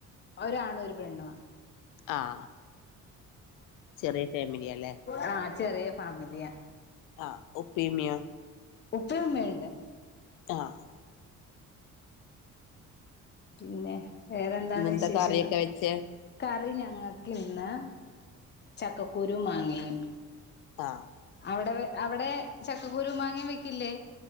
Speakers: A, on the left; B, on the left.
A: ഒരാണും ഒരു പെണ്ണു ആ
B: ആഹ് ചെറിയ ഫാമിലിയാല്ലേ
A: ആഹ്, ചെറിയ ഫാമിലിയാ.
B: ആ, ഉപ്പീമിയ.
A: ഉപ്പേം ഉമ്മേംണ്ട്
B: ആഹ്
A: പിന്നെ വേറെന്താണ്
B: ഇന്നെന്താ
A: വിശേഷങ്ങൾ
B: കറിയൊക്കെ വെച്ചേ
A: കറിഞ്ഞ ഞങ്ങൾക്ക് ഇന്ന് ചക്കക്കുരുവും മാങ്ങയും
B: ആ.
A: അവടെ അവടെ ചക്കക്കുരും മാങ്ങയും വെക്കില്ലേ.